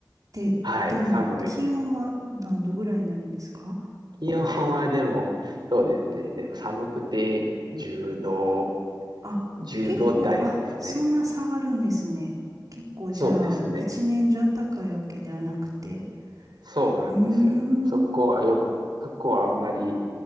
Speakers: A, on the right; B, on the right.
A: て、
B: はい、
A: でも気温は何度ぐらいになるんですか
B: 寒い。気温はでも、そうですね。でも寒くて10度、
A: あ、
B: 10度台ですね。
A: 結構、あ、そんな下がるんですね。結構じゃあ、
B: そうですね。
A: 一年中暖かいわけではなくて。
B: そうなんですよね。
A: うーん。
B: そこはよ、そこはあんまり、